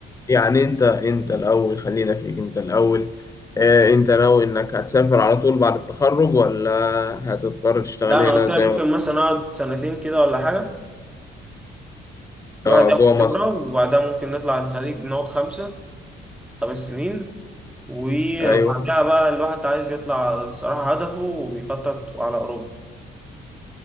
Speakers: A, on the left; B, in the centre.
A: يعني أنت أنت الأول خلينا فيك أنت الأول آه، أنت ناوي إنك هتسافر على طول بعد التخرج ولا هتضطر تشتغل
B: لا أنا
A: هنا
B: قلت
A: زي
B: لك ممكن
A: ما
B: مثلا أقعد سنتين كده ولا حاجة الواحد
A: آه،
B: ياخد
A: جوه
B: خبرة
A: مصر
B: وبعدها ممكن نطلع الخليج نقعد خمسة خمس سنين وبعدها
A: أيوه
B: بقى الواحد عايز يطلع الصراحة هدفه وبيخطط على أوروبا.